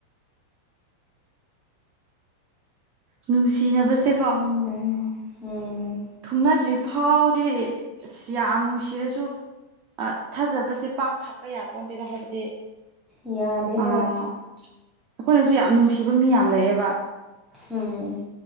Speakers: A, on the right; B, in the centre.
A: ꯅꯨꯡꯁꯤꯅꯕꯁꯦ
B: <unintelligible> ꯎꯝ
A: ꯊꯨꯡꯅꯗ꯭ꯔꯤ ꯐꯥꯎꯗꯤ ꯑꯁ ꯌꯥꯝ ꯅꯨꯡꯁꯤꯔꯁꯨ ꯑꯥ ꯊꯥꯖꯕꯁꯦ ꯄꯥꯛ ꯊꯝꯕ ꯌꯥꯄꯣꯟꯇꯦꯗ ꯍꯥꯏꯕꯗꯤ
B: ꯌꯥꯗꯦ
A: ꯑꯥ
B: ꯍꯣꯏ
A: ꯑꯈꯣꯏꯅꯁꯨ ꯌꯥꯝ ꯅꯨꯡꯁꯤꯕ ꯃꯤ ꯌꯥꯝ ꯂꯩꯌꯦꯕ
B: ꯎꯝ